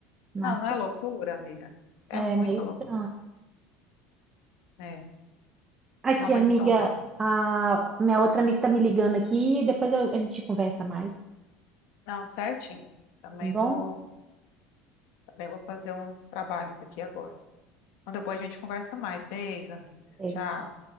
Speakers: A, on the right; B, on the left.
A: nascer?
B: Não, não é loucura, amiga. É
A: É
B: muita
A: meio
B: loucura,
A: estranho.
B: né?
A: Aqui,
B: Não, mas
A: amiga,
B: então, tá bom.
A: a minha outra amiga tá me ligando aqui e depois eu- a gente conversa mais,
B: não, certinho. Também
A: tá bom?
B: vou. Também vou fazer uns trabalhos aqui agora. Então, depois a gente conversa mais. Beijo, amiga. Tchau.
A: É, tchau.